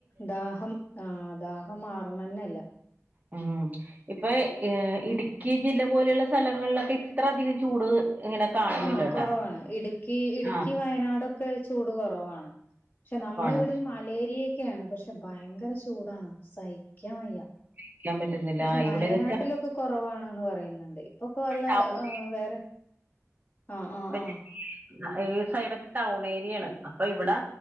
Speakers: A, on the left (about 40°); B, on the right (about 30°).
A: ദാഹം ആഹ് ദാഹം മാറണല്ലെ
B: ഉം ഇപ്പൊ ഇടുക്കി ജില്ല പോലുള്ള സ്ഥലങ്ങളിലൊക്കെ ഇത്ര അധികം ചൂട്. ഇങ്ങനെ കാണുന്നില്ലട്ടാ
A: ആഹ് കൊറവാണ് ഇടുക്കി ഇടുക്കി
B: ആഹ്
A: വയനാടൊക്കെ ചൂട് കൊറവാണ്. പക്ഷെ
B: തണുപ്പാണ്
A: നമ്മളെവിടെ മലേരിയക്കാണ് പക്ഷെ ഭയങ്കര ചൂടാണ് സഹിക്കാൻ വയ്യ.
B: സഹിക്കാൻ പറ്റുന്നില്ല
A: പക്ഷെ വയനാട്ടിലൊക്കെ
B: ഇവിടെന്ന് വെച്ചാൽ
A: കൊറവാണന്ന് പറയുന്നുണ്ട് ഇപ്പൊക്കെ വല്ല
B: ടൗൺ
A: വേറെ. ആഹ് ആഹ്
B: ഇപ്പ
A: ആഹ്.
B: ഈ സൈഡൊക്കെ ടൗൺ ഏരിയാണ് അപ്പൊ ഇവിടെ